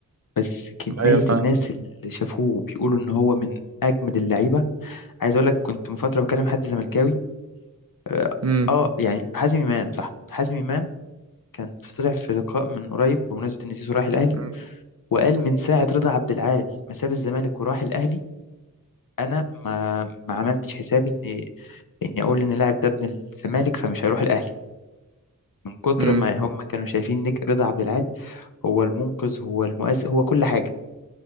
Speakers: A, on the left; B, on the right.
A: بس كمية
B: ايوه فاهم
A: الناس اللي شافوه بيقولوا إن هو من أجمد اللعيبة عايز أقول لك كنت من فترة بكلم حد زملكاوي آه
B: امم
A: آه، يعني حازم إمام صح حازم إمام كان طلع في لقاء من قريب بمناسبة إن زيزو راح الأهلي
B: امم
A: وقال من ساعة رضا عبد العال ما ساب الزمالك وراح الأهلي أنا ما ما عملتش حسابي إن إني أقول إن اللاعب ده ابن الزمالك فمش هيروح الأهلي من كتر
B: أمم.
A: ما هم كانوا شايفين نج- رضا عبد العال هو المنقذ هو المؤثر هو كل حاجة